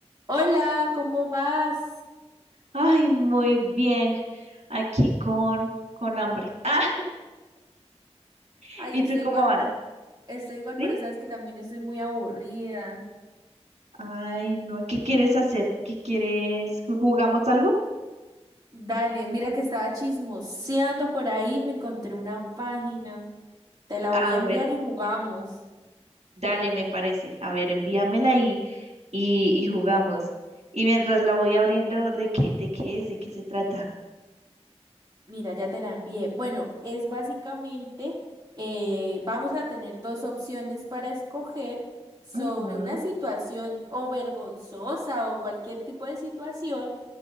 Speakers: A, on the right; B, on the right.
A: Hola, ¿cómo vas?
B: Ay, muy bien. Aquí con, con hambre. Ah, <laughs>
A: Ay,
B: ¿y
A: estoy
B: tú cómo
A: igual,
B: vas?
A: estoy igual,
B: ¿Sí?
A: pero sabes que también estoy muy aburrida.
B: Ay, no. ¿Qué quieres hacer? ¿Qué quieres? ¿Ju- ¿Jugamos algo?
A: Dale, mira que estaba chismoseando por ahí, me encontré una página. Te la voy
B: A
A: a enviar
B: ver,
A: y jugamos.
B: dale, me parece. A ver, envíamela y, y, y jugamos. Y mientras la voy abriendo, ¿de qué, de qué es? ¿De qué se trata?
A: Mira, ya te la envié. Bueno, es básicamente, eh, vamos a tener dos opciones para escoger sobre
B: Ujú.
A: una situación o vergonzosa o cualquier tipo de situación,